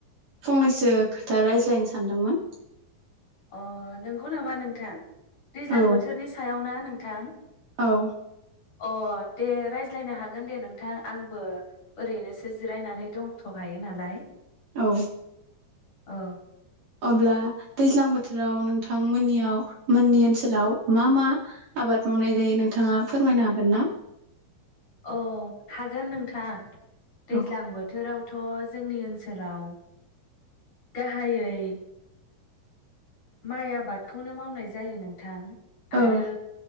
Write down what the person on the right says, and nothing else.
फंनैसो खोथा रायज्लायनो सानदोंमोन
औ
औ
औ
अब्ला दैज्लां बोथोराव नोंथांमोननियाव मोननि ओनसोलाव मा मा आबाद मावनाय जायो नोंथाङा फोरमायनो हागोन ना?
औ
औ